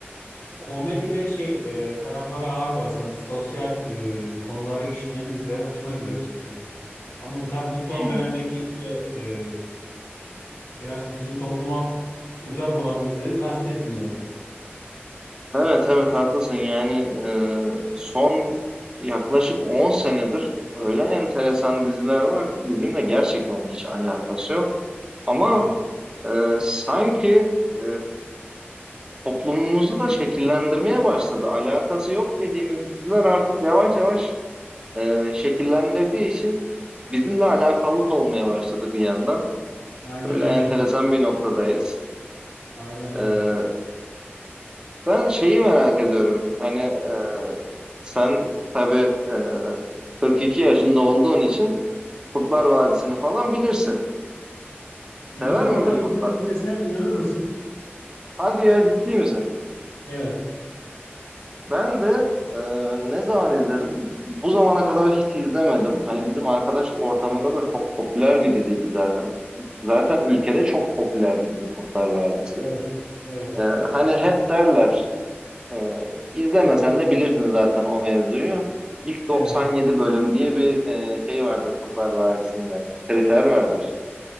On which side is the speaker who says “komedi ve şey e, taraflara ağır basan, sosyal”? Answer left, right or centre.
Left